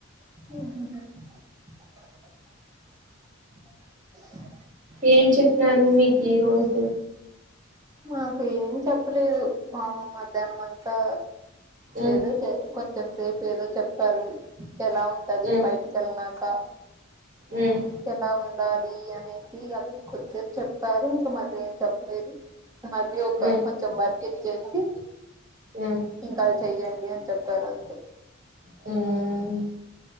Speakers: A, on the right; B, on the right.
A: అ
B: ఏం చెప్నరు మీకు ఈ రోజు
A: మాకు ఏం చెప్పలేదు మాకు మధ్యాహ్నం అంతా
B: మ్మ్
A: ఏదో చె కొంచెం సేపు ఏదో చెప్పారు ఎలా ఉంటది
B: మ్మ్
A: బయటికి వెళ్ళిన క
B: మ్మ్
A: ఎలా ఉండాలి అనేసి అది కొద్ది సేపు చెప్పారు ఇంకా మళ్ళీ ఏం చెప్పలేదు మరి ఒక
B: మ్మ్
A: కొంచెం వర్క్ ఇచ్చేసి
B: మ్మ్
A: ఇంకా అది చెయ్యడి అని చెప్పారు అంతే
B: హ్మ్